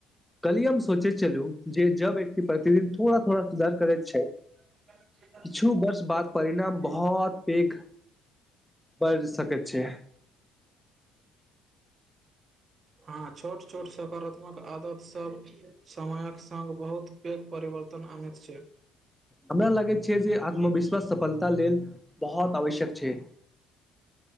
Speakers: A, in the centre; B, on the right (about 35°).
A: कली हम सोचैत छललू जे जब व्यक्ति प्रतिदिन थोड़ा थोड़ा सुधार करैत छै।
B: छल
A: छू वर्ष बाद परिणाम बहुत। बहुत पेघ बढ़ सकैत छै।
B: हँ छोट छोट सकारात्मक आदत सब समयक संगङ्ग बहुत पैघ परिवर्तन आनैत छै।
A: हमरा लागैत छै जे आत्मविश्वास सफलता लेल बहुत आवश्यक छै।